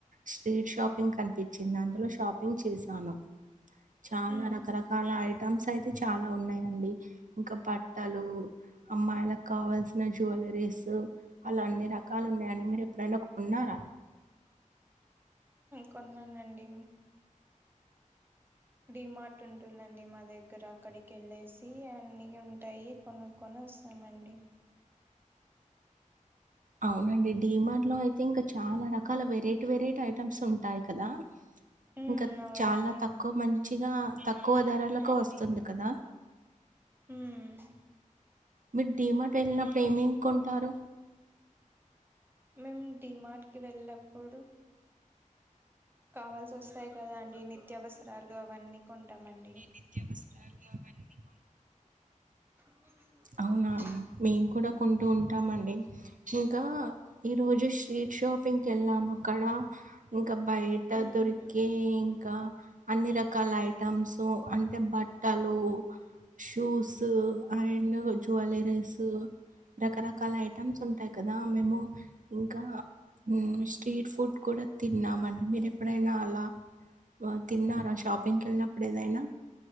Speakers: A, on the right (about 75°); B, on the right (about 15°).
A: స్ట్రీట్ షాపింగ్ కనిపించింది అందులో షాపింగ్ చేశాను చాలా
B: ఉమ్
A: రకరకాల ఐ టమ్స్ అయితే చాలా ఉన్నాయంండి ఇంకా బట్టలు అమ్మాయిలకు కావాల్సిన నా జువెలరీస్ అలా అన్ని రకాలు ఉన్నాయండి మీరు ఎప్పుడైనా కొన్నార
B: కొన్నానండి డిమార్ట్ ఉంటుందండి మా దగ్గర అక్కడికి వెళ్ళేసి అన్న ఉంటాయి కొనుక్కొని వస్తామండి
A: అవునండి డిమార్ట్ లో అయితే ఇంకా చాలా రకాల వెరైటీ వెరైటీ ఐటమ్స్ ఉంటాయి కదా
B: ఉమ్
A: ఇంకా
B: అవునండి
A: చాలా తక్కువ మంచిగా తక్కువ ధరాలకు వస్తుంది కదా
B: హ్మ్
A: మీరు డి మార్ట్ వెళ్ళినప్పుడు
B: మేము డిమార్ట్కి వెళ్ళప్పుడు కావాల్సి వస్తాయి కదా అండి నిత్యావసరాలు అవన్నీ కొంటామండి
A: నిత్యావసరాలు అవన్నీ ఉంటా
B: <inaudible>
A: అవునా! మేము కూడా కొంటు ఉంటామండి ఇంకా ఈరోజు స్ట్రీట్ షాపింగ్కి వెళ్ళాము అక్కడ ఇం ఇంకా బయట
B: ఉమ్
A: దొరికే ఇంకా అన్ని రకాల ఐటమ్స్ అంటే బట్టలు షూస్ అండ్ ఇండ్ జువెలరీస్ రకరకాల ఐటమ్స్ ఉంటాయి కదా మేము ఇంకా స్ట్రీట్ ఫుడ్ కూడా తిన్నామ అంటే మీరు ఎప్పుడైనా అలా తిన్నారా షాపింగ్కి వెళ్ళినప్పుడు ఏదైనా